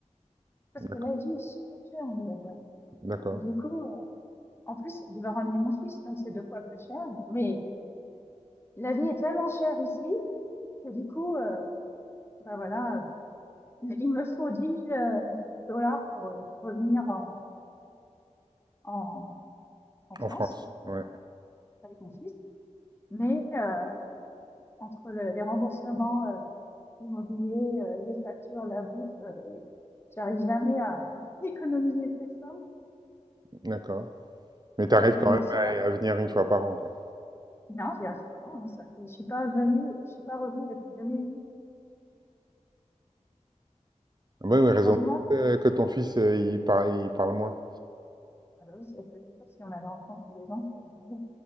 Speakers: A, on the left (about 20°); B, on the right (about 35°).
A: Parce
B: D'accord,
A: que la vie est super chère en Nouvelle-Zélande.
B: d'accord.
A: Et du coup, euh, en plus, je vais ramener mon fils, donc c'est deux fois plus cher. Mais la vie est tellement chère ici que du coup, euh, bah voilà, euh, il il me faut dix mille euh, dollars pour euh, revenir en, en, en
B: En
A: France
B: France? Ouais,
A: avec mon fils. Mais euh, entre le- les remboursements euh, l'immobilier, euh, les factures, la bouffe, euh, j'arrive jamais à <laughs> économiser cette somme.
B: d'accord. Mais tu arrives
A: Mais
B: quand même
A: je sais pas,
B: à à venir une fois par an, quoi?
A: non, j'y arrive pas, hein, ça fait, je suis pas venue, je suis pas revenue depuis 2018.
B: Ah bah Oui, oui, raison
A: Heureusement qu'on,
B: que que ton fils, heu, il par il parle moins.
A: ah bah oui, c'est c'est sûr, si on allait en France tous les ans, ça aurait été bon.